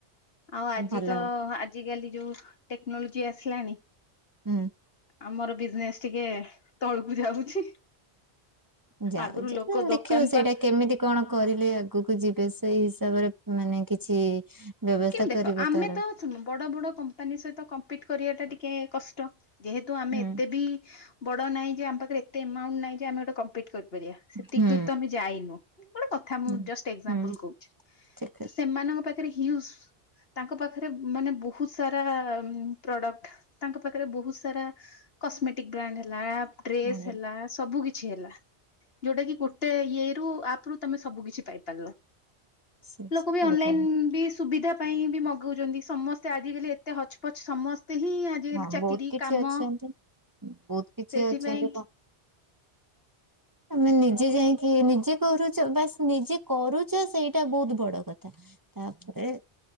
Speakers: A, on the left; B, on the right.
A: ଆଉ ଆଜି
B: ଭଲ।
A: ତ, ଆଜିିକାଲି ଯୋଉ ଟେକ୍ନୋଲୋଜି ଆସିଲାଣି।
B: ହୁଁ
A: ଆମର ବିଜନେସ୍ ଟିକେ ତଳକୁ ଯାଉଛି।
B: ଯାଉଚି
A: ଆଗରୁ ଲୋକ
B: ତ
A: ଦୋକାନ
B: ଦେଖିବୁ ସେଇଟା
A: ପାଖ
B: କେମିତି କଣ କରିଲେ ଆଗକୁ ଯିବେ ସେଇ ସି ତାପରେ ମାନେ କିଛି ବ୍ୟବସ୍ଥା
A: କିନ୍ତୁ ଦେଖ
B: କରିବ
A: ଆମେ
B: ତାର
A: ତ ସୁଣ ବଡ ବଡ କମ୍ପାନୀ ସହିତ କମ୍ପିଟ କରିବା ଟା ଟିକେ କଷ୍ଟ। ଯେହେତୁ ଆମେ
B: ହୁଁ।
A: ଏତେ ବି ବଡ ନାହିଁ ଯେ ଆମ ପାଖରେ ଏତେ ଏମାଉଣ୍ଟ ନାହିଁ ଆମେ ଗୋଟେ କମ୍ପିଟ କରି କରିପାରିବା ସେତିକି
B: ହୁଁ
A: ଦୂର ତ ଆମେ ଯାଇନୁ ଗୋଟେ କଥା ମୁ
B: ହୁଁ
A: ଜଷ୍ଟ ଏକ୍ସଜାମ୍ପୁଲ
B: ହୁଁ
A: କହୁଚି।
B: ଠିକ
A: ତ
B: ଅଛି।
A: ସେମାନଙ୍କ ପାଖରେ ହ୍ୱିଉଜ ତାଙ୍କ ପାଖରେ ମନେ ବହୁତ ସାରା ପ୍ରଡକ୍ଟ ତାଙ୍କ ପାଖରେ ବହୁତ ସାରା କସମେଟିକ ବ୍ରାଣ୍ଡ ହେଲା ଇପ୍ ଟ୍ରିପଜ୍
B: ହୁଁ
A: ହେଲା ସବୁ କିଛି ହେଲା। ଯୋଉଟାକି ଗୋଟେ ଇଏରୁ ଏଥିରୁ ବି ତମେ ସବୁ କିଛି ପାଇପାରିବ।
B: ସେ
A: ଲୋକ
B: ସତ
A: ବି ଅନଲାଇନ
B: କଥା
A: ସିଧା ପାଇଁ ବି ମଗଉଛନ୍ତି। ସମସ୍ତେ ଆଜିିକାଲି ଏତେ ହଚ୍ ପଚ୍ ସମସ୍ତେ ହିଁ ଆଜିିକାଲି
B: ହଁ
A: ଚାକିରି,
B: ବହୁତ କିଛି
A: କାମ
B: ଅଛନ୍ତି ବହୁତ କିଛି
A: ସେଇଥିପାଇଁ
B: ଅଛନ୍ତି କଣ? ଆମେ ନିଜେ ଯାଇକି ନିଜେ କରୁଚ ବାସ୍ ନିଜେ କରୁଚ ସେଇଟା ବହୁତ ବଡ କଥା। ତାପରେ